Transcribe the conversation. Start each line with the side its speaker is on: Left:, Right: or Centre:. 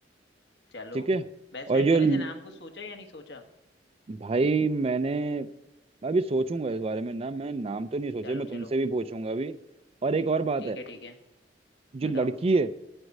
Left: चलो
Right: ठीक है
Left: बेस्ट
Right: और
Left: फ्रेंड
Right: जो
Left: का
Right: ल-
Left: वैसे नाम कुछ सोचा या नहीं सोचा
Right: भाई मैंने मैं अभी सोचूंगा इस बारे में ना मैं नाम तो नहीं सोचे
Left: चलो
Right: मैं तुमसे
Left: चलो
Right: भी पूछूंगा अभी और एक और बात
Left: ठीक
Right: है
Left: है ठीक है
Right: जो
Left: बताओ
Right: लड़की है